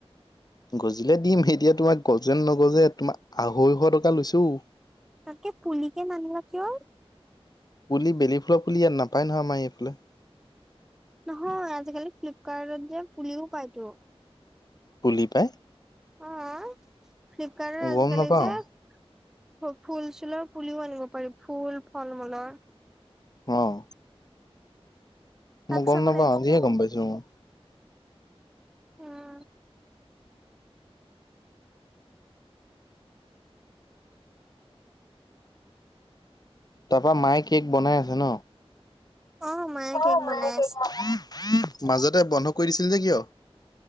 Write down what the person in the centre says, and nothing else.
তাকে পুলিকে নানিলা কিয়?
নহয় আজিকালি ফ্লিপকাৰ্টত যে পুলিও পাইতো।
অহ, ফ্লিপকাৰ্টত আজিকালি
যে ফু ফুল-চুলৰ পুলিও আনিব পাৰি ফুল ফল-মূলৰ।
তাত
চাব
লাগিছিলে
উম
অহ মায়ে
কেক
বনাই
আছে